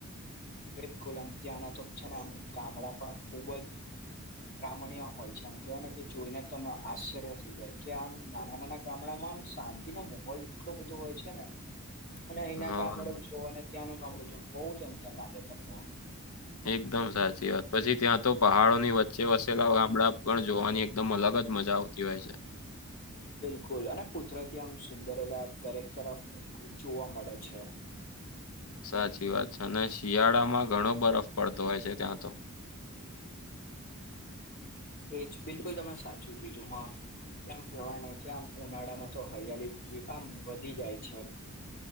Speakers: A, on the left; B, on the left.
A: બિલકુલ અમ ત્યાંના તો છે ને આમ ગામડાં પણ ખુબ જ આમ રામણીય હોય છે આમ કેહેવાય ને કે જોઈને તો આશ્ચર્ય થઈ જાય કે આમ નાના નાના ગામડામાં આમ શાંતિ નો માહોલ એટલો બધો હોય છે ને
B: <inaudible>
A: અને અહીના
B: હા
A: ગામડું છું અને ત્યાંનું ગામડું છું બઉુ જ અનંતર લાગે તમને
B: એકદમ સાચી વાત પછી ત્યાં તો પહાડો ની વચ્ચે વસેલા ગામડા પણ જોવાની એકદમ અલગ જ મજા આવતી હોય છે.
A: બિલકુલ અને કુદરતી આમ સુંદરેલા દરેક તરફ જોવા મળે છે.
B: સાચી વાત છે અને શિયાળામાં ઘણો બરફ પડતો હોય છે ત્યાં તો
A: એજ બિલકુલ તમે સાચું કીજું હા કેમ કેવાય ને કે આમ ઉનાળામાં તો હરિયાળ આમ વધી જાય છે.